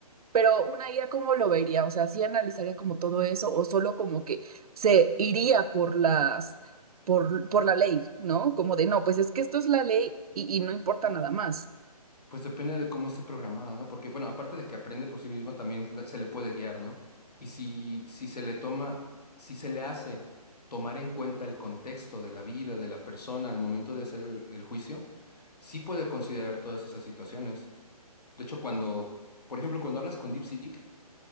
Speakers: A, on the right (about 65°); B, on the left (about 80°).
A: Pero una IA, ¿cómo lo vería? O sea, ¿sí analizaría como todo eso o solo como que se iría por las, por, por la ley, ¿no? Como de, no, pues es que esto es la ley y, y no importa nada más.
B: Pues depende de cómo esté programada, ¿no? Porque, bueno, aparte de que aprende por sí misma, también la- se le puede guiar, ¿no? Y si, si se le toma, si se le hace tomar en cuenta el contexto de la vida de la persona al momento de hacer el, el juicio, sí puede considerar todas esas situaciones. De hecho, cuando, por ejemplo, cuando hablas con DeepSeek